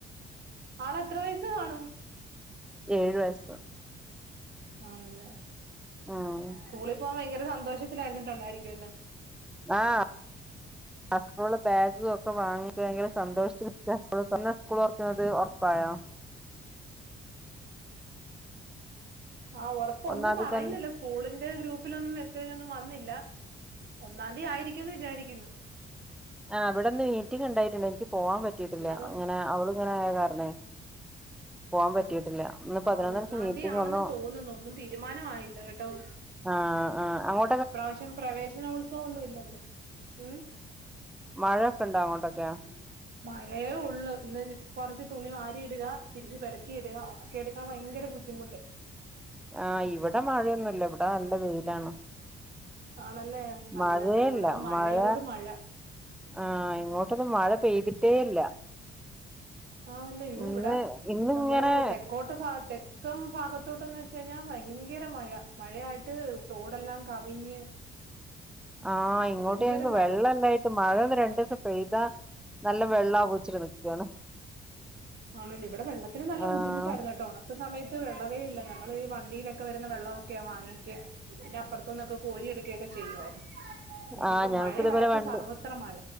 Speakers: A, on the right; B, in the centre.
A: ആളെത്ര വയസ് കാണും
B: ഏഴ് വയസ്
A: ആന്നല്ലേ
B: ഉം
A: സ്കൂളിൽ പോവാൻ ഭയങ്കര സന്തോഷത്തിലായിരുന്നുണ്ടായിരിക്കൂ ല്ലോ
B: ആഹ് അത്രോള്ളു ബാഗ് ഒക്കെ വാങ്ങി ഭയങ്കര സന്തോഷത്തില് തന്നെ എന്നാ സ്കൂൾ തുറക്കണത് ഉറപ്പായോ.
A: ആഹ് ഒറപ്പൊന്നും
B: ഒന്നാതി
A: പറയുന്നില്ല
B: തന്നെ
A: സ്കൂളിന്റെ ഗ്രൂപ്പിലൊന്നും മെസ്സേജ് ഒന്നും വന്നില്ല ഒന്നാം തീയതി ആയിരിക്കുംന്ന് വിചാരിക്കുന്നു
B: ആഹ് ഇവടെന്ന് മീറ്റിംഗ് ഉണ്ടായിണ്ടായി എനിക്ക് പോവാൻ പറ്റീട്ടില്ല
A: അല്ലാതെ
B: അങ്ങനെ അവളിങ്ങനെ ആയത് കാരണേ പോവാൻ
A: <unintelligible>
B: പറ്റിയിട്ടില്ല ഇന്ന് പതിനൊന്നരക്ക്
A: ആഹ് ഒന്നാംതീ
B: മീറ്റിംഗ്
A: ആണെന്ന്
B: ഒന്നും
A: തോന്നുന്നു ഒന്നും തീരുമാനയില്ല കേട്ടോ.
B: ആഹ് ആഹ് അങ്ങോ
A: ഇപ്രാവശ്യം പ്രവേശനോത്സവൊന്നും ഇല്ലല്ലോ ഉംഹ്
B: മഴക്കെ ഉണ്ടോ അങ്ങോട്ടൊക്കെ
A: ഉം മഴയേ ഒള്ളൂ ഇന്ന് കൊറച്ച് തുണി വാരി ഇടുക തിരിച്ച് പെറുക്കിടുക ഒണക്കി എടുക്കാൻ ഭയങ്കര ബുദ്ധിമുട്ട് <inaudible>
B: ആഹ് ഇവടെ മഴയൊന്നുല്ല ഇവടെ നല്ല വെയിലാണ്
A: ആണല്ലേ നല്ലത്
B: മഴയില്ല
A: ഇവടെ മഴയോട്
B: മഴ
A: മഴ
B: ആഹ് ഇങ്ങോട്ടൊന്ന്‌ മഴ പെയ്തിട്ടേ ഇല്ല
A: ആണല്ലേയോ
B: ഇന്ന്
A: ഇവടെ
B: ഇന്നിങ്ങനെ
A: നമ്മള് തെക്കോട്ട് ഭാഗത് ക്കം ഭാഗത്തോട്ട്ന്ന് വെച്ച് കഴിഞ്ഞാ ഭയങ്കര മഴ മഴയായിട്ട് തോടെല്ലാം കവിഞ്ഞ്
B: ആഹ് ഇങ്ങോട്ട്
A: ഭയങ്കര
B: ഞങ്ങക്ക്
A: മഴ
B: വെള്ളണ്ടായ് ത് മഴയൊന്ന് രണ്ടീസം പെയ്താ നല്ല വെള്ളാവോച്ചിട്ട് നിക്കാണ്
A: ആണല്ല ഇവടെ വെള്ളത്തിന് നല്ല
B: ആഹ്
A: ബുദ്ധിമുട്ടായിരുന്നെട്ടോണം ഇപ്പ സമയത്ത് വെള്ളവേ ഇല്ല ഞങ്ങള് ഈ വണ്ടിയിലൊക്കെ വരുന്ന വെള്ളവൊക്കെയാ വാങ്ങിക്ക. പിന്നെ അപ്പറത്തൂന്നൊക്കെ കോരി എടുക്കൊക്കെ ചെയ്യായിരുന്നു പിന്നിപ്പോ
B: ആഹ് ഞങ്ങക്ക്
A: മഴയായപ്പോ
B: ഇതേപോലെ വണ്ട്
A: സർവ്വത്ര മഴ